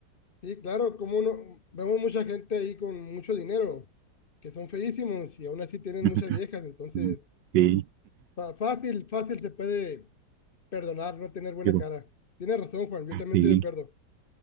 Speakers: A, on the left; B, on the right.
A: Sí, claro, como uno, vemos mucha gente ahí con mucho dinero, que son feísimos y aún así tienen
B: <laughs>
A: muchas viejas, entonces
B: Sí,
A: fa- fácil, fácil se puede perdonar no tener buena
B: digo,
A: cara. Tienes razón, Juan, yo también
B: sí.
A: estoy de acuerdo.